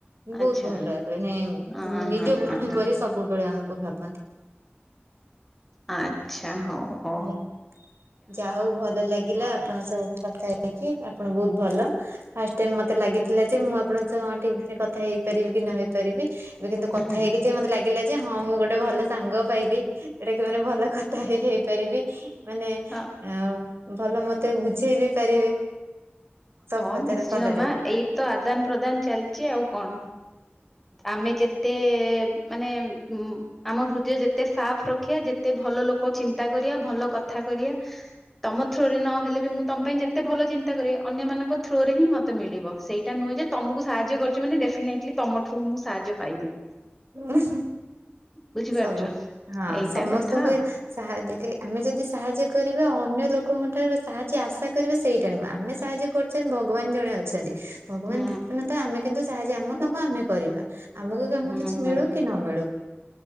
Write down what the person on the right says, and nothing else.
ବହୁତ
ଭଲ ମାନେ
ନିଜ <unintelligible>
ପରି ସବୁବେଳେ ଆମକୁ ଭାବନ୍ତି।
ଯା ଯା ହଉ ଭଲ ଲାଗିଲା ଆଉ ସବୁ କଥା ହେଇକି ଆପଣଙ୍କୁ ଭଲ। ଫାଷ୍ଟ ଟାଇମ ମତେ ଲାଗିଥିଲା ଯେ ମୁଁ ଆପଣଙ୍କ ଚ କଥା ହେଇପାରିବି କି ନ ହେଇ ପାରିବି ବି କିନ୍ତୁ କଥା
ହେଇକି ଯେ ମତେ ଲାଗିଲା ଯେ ହଁ ମୁଁ ଗୋଟେ ଭଲ ସାଙ୍ଗ ପାଇ ସେଟା କି ମାନେ ଭଲ କଥା ହେ ହେଇପାରିବି ମାନେ
ଆଉ ଭଲ ମତେ ବୁଝେଇ ବି ପାରିବେ। ସବୁ
କଥାରେ
ଭଲ
ଲାଗିଲା।
ଉହୁଁ ହହ।
ସବୁ ହଁ
ସମସ୍ତଙ୍କୁ
ସାହା ଆମେ ଯଦି ସାହାଯ୍ୟ କରିବା ଅନ୍ୟ ଲୋକଙ୍କୁ ଠାରୁ ସାହାଯ୍ୟ ଆଶା କରିବା ସେଇଟା ନୁହେଁ ଆମେ ସାହାଯ୍ୟ କରୁଛଛନ୍ତି ଭଗବାନ ଜଣେ ଅଛନ୍ତି। ଭଗବାନ
<unintelligible> ତ ଆମେ କିନ୍ତୁ ସାହାଯ୍ୟ ଆମ କାମ ଆମେ କରିବା ଆମକୁ କାମ କିଛି
ମିଳୁ କି ନ ମିଳୁ